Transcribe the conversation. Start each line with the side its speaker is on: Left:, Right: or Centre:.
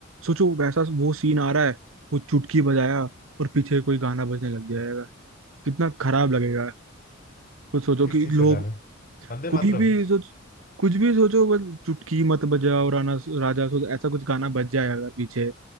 Right: सोचो वैसा वो सीन आ रहा है वो चुटकी बजाया और पीछे कोई गाना बजने लग जाएगा कितना खराब लगेगा खुद सोचो
Left: किस
Right: कि
Left: चीज
Right: लोग
Left: का गाना वंदे
Right: कोई
Left: मातरम
Right: भी सोच कुछ भी सोचो बस चुटकी मत बजाओ राना राजा सोचो ऐसा कुछ गाना बज जाए अगर पीछे